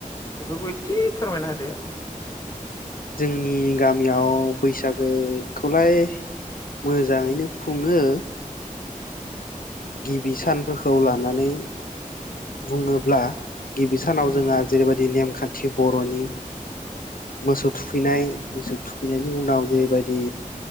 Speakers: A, on the left (about 25°); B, on the left (about 80°).
A: बेफोरखौ एसे फोरमायना होदो ।
B: जोंनि गामियाव बैसागो खौलाय मोजाङैनो खुङो गिबि सानफोरखौ लानानै बुङोब्ला गिबि सानाव
A: उम
B: जोङो जेरैबायदि नेम खान्थि बर'नि मोसौ थुखैनाय मोसौ थुखैनायनि उनाव जेबादि